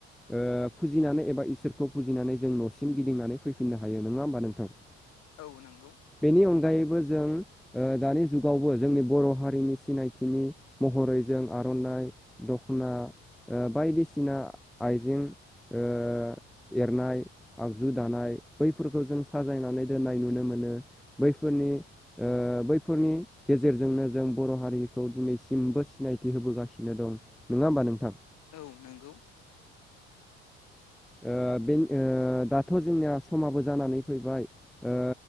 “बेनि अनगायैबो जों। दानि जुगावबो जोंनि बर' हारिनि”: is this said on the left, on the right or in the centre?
Centre